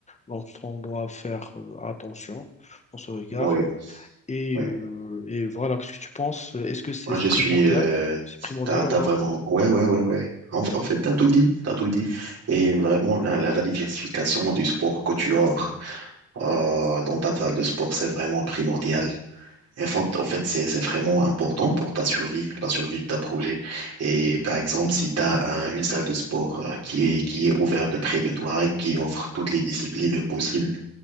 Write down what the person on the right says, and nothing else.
Ouais.
ouais.
Moi,
je suis.
Euh,
t'as,
t'as vraiment. Ouais, ouais, ouais, ouais. En, fa- en fait, t'as tout dit. T'as tout dit. Et vraiment, la, la, la diversification du sport que tu offres euh, dans ta salle de sport, c'est vraiment primordial. En fait, en fait, c'est, c'est vraiment important pour ta survie, la survie de ta projet. Et par exemple, si tu as une salle de sport euh, qui est, qui est ouverte près de toi et qui offre toutes les disciplines possibles,